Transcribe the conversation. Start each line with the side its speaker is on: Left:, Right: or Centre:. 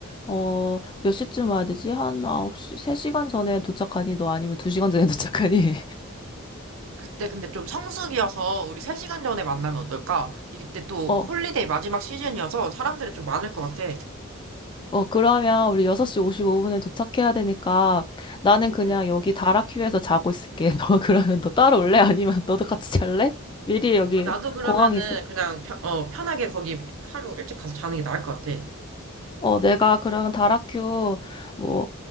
Left: 어, 몇 시쯤 와야 되지? 한 9시, 3시간 전에 도착하니 너 아니면 2시간 전에 도착하니?
Right: 그때 근데 좀 성수기여서 우리 3시간 전에 만나면 어떨까? 이때
Left: <laughs>
Right: 또
Left: 어,
Right: 홀리데이 마지막 시즌이어서 사람들이 좀 많을 것 같아.
Left: 어, 그러면 우리 6시 55분에 도착해야 되니까 나는 그냥
Right: 응.
Left: 여기 다락휴에서 자고 있을게. <laughs> 너 그러면 너 따라올래? 아니면 너도 같이 잘래? 미리 여기
Right: 아, 나도 그러면은
Left: 공항에 있을.
Right: 그냥 편, 어, 편하게 거기 하루 일찍 가서 자는 게 나을 것 같아.
Left: 어, 내가 그러면 다락휴 뭐